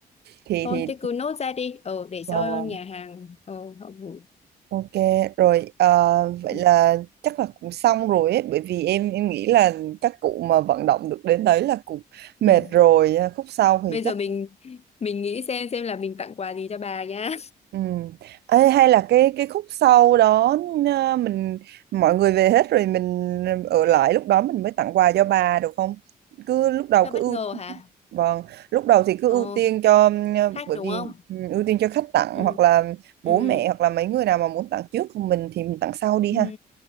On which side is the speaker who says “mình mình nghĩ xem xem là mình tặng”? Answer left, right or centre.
Left